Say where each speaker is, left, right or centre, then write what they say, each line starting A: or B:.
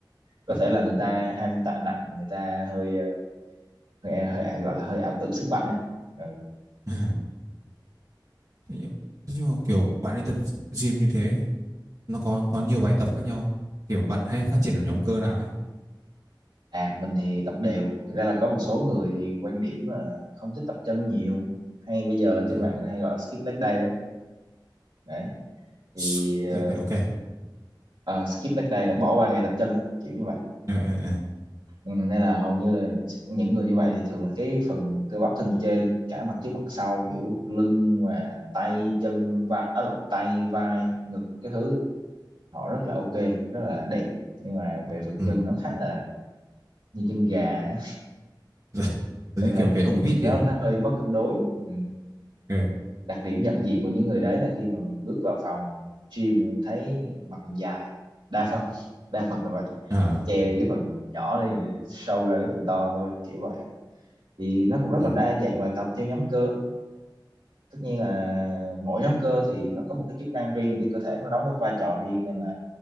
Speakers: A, on the right; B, on the right.
A: có
B: ừ.
A: thể là người ta ham tạ nặng người ta hơi ờ, hơi, hơi gọi là hơi ảo tưởng sức mạnh ấy Ừ,
B: <laughs> thế nhưng thế nhưng mà kiểu bạn đi tập gym như thế nó có có nhiều bài tập khác nhau kiểu bạn hay phát triển ở nhóm cơ nào ấy
A: À mình thì tập đều Thực ra là có một số người thì quan điểm là không thích tập chân nhiều Hay bây giờ
B: ừ.
A: trên mạng người ta hay gọi là skip leg day đấy Đấy Thì
B: Skip
A: ờ,
B: leg day, ok
A: ờ, skip leg day là bỏ qua ngày tập chân ấy, Kiểu như vậy
B: ừ, ừ, ừ.
A: ừ, Nên là hầu như là những người như vậy thì thường là cái phần cơ bắp thân trên Cả mặt trước mặt sau kiểu lưng và tay chân và à, lộn, tay vai ngực cái thứ Họ rất là ok, rất là đẹp Nhưng mà về phần
B: Ừ.
A: chân nó khá là như chân gà ấy.
B: <laughs> Giống
A: Nên
B: như
A: là
B: kiểu cái
A: nhìn
B: ốc vít
A: thì nó,
B: ấy à?
A: nó hơi mất cân đối ừ.
B: Ừ.
A: đặc điểm nhận diện của những người đấy là khi mà mình bước vào phòng gym mình thấy mặt mình dài đa phần <laughs> đa phần là vậy
B: À.
A: họ che đi cái phần nhỏ đi show ra cái phần to thôi kiểu vậy thì nó cũng rất
B: Ừ.
A: là đa dạng bài tập theo nhóm cơ tất nhiên là mỗi nhóm cơ thì nó có một cái chức năng riêng trên cơ thể nó đóng cái vai trò riêng nên là